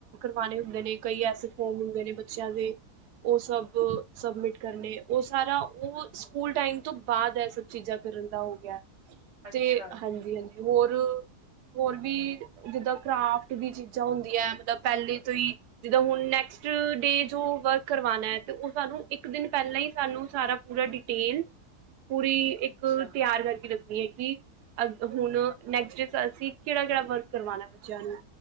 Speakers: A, on the right (about 80°); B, on the right (about 40°).
A: ਹੁੰਦੇ ਨੇ ਕਈ ਐਸੇ ਫੋਮ ਹੁੰਦੇ ਨੇ ਬੱਚਿਆਂ ਦੇ ਉਹ ਸਭ ਸਬਮਿਟ ਕਰਨੇ ਉਹ ਸਾਰਾ ਉਹ ਸਕੂਲ ਟਾਈਮ ਤੋਂ ਬਾਅਦ ਇਹ ਸਬ ਚੀਜ਼ਾਂ ਕਰਨ ਦਾ ਹੋ ਗਿਆ ਹੈ।
B: ਅੱਛਾ
A: ਤੇ
B: ਜੀ,
A: ਹਾਂਜੀ ਹਾਂਜੀ ਹੋਰ। ਹੋਰ ਵੀ ਜਿੱਦਾਂ ਕਰਾਫਟ ਦੀ ਚੀਜ਼ਾਂ ਹੁੰਦੀਆਂ ਮਤਲਬ ਪਹਿਲੇ। ਤੋਂ ਹੀ ਜਿਦਾ ਹੁਣ ਨੈਕਸਟ ਡੇ ਜੋ ਵਰਕ ਕਰਵਾਨਾਂ ਤਾਂ ਉਹ ਸਾਨੂੰ ਇੱਕ ਦਿਨ ਪਹਿਲਾਂ ਹੀ ਸਾਨੂੰ ਸਾਰਾ ਪੂਰਾ ਡਿਟੇਲ। ਪੂਰੀ
B: ਅੱਛਾ
A: ਇੱਕ ਤਿਆਰ ਕਰਕੇ ਰੱਖ। ਹੁੰਦੀ ਹੈ ਕਿ ਅ ਹੁਣ ਨੈਕਸਟ ਡੇ ਅਸੀਂ ਕਿਹੜਾ ਕਿਹੜਾ ਵਰਕ ਕਰਵਾਉਣਾ ਬੱਚਿਆਂ ਨੂੰ।